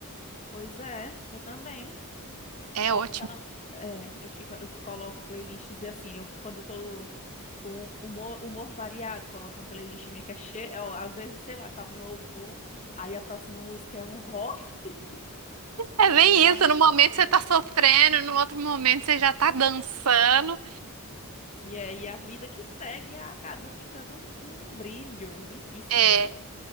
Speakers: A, on the left; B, on the right.
A: Pois é, eu também.
B: É
A: Ou
B: ótimo.
A: então, é, eu fico, eu coloco playlists e assim, eu quando eu tô com humor, humor variado, coloco uma playlist minha que é cheia, é, ó, às vezes, sei lá, tá um louvor, aí a próxima música é um rock, <laughs>
B: É bem
A: Ah,
B: isso, no momento
A: aham.
B: você tá sofrendo, no outro momento você já tá dançando.
A: e é e a vida que segue a casa ficando um, um brilho limpíssima.
B: É,